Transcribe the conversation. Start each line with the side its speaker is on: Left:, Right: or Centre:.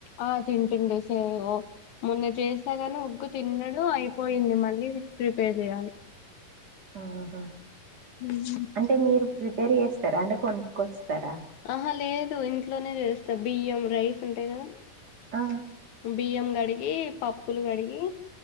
Left: ఆ తింటుండు సే ఓ మొన్న చేశాగాని ఉగ్గు తిన్నడు అయిపోయింది మళ్ళీ ప్రిపేర్ చేయాలి
Right: ఆహా
Left: ఉమ్
Right: అంటే మీరు ప్రిపేర్ చేస్తారా అండి కొనుక్కొస్తారా
Left: ఆహా లేదు ఇంట్లోనే చేస్తా బియ్యం రైస్ ఉంటాయి కదా
Right: ఆ
Left: బియ్యం కడి గి పప్పులు కడిగి